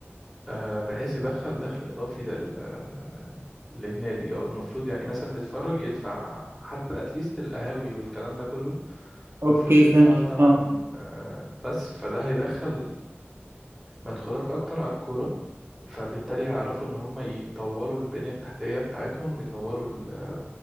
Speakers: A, in the centre; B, on the right (about 60°).
A: آه، بحيث يدخل دخل اضافي لل آه، للنادي اه المفروض يعني مثلا اللي يتفرج يدفع حتى اتليست القهاوي والكلام ده كله
B: اوكي
A: المفروض يدفعوا
B: فهمت
A: تمن
B: اه
A: آه، بس فده هيدخل مدخولات أكتر على الكورة فبالتالي هيعرفوا إن هم يطوروا البنية التحتية بتاعتهم يطوروا ال-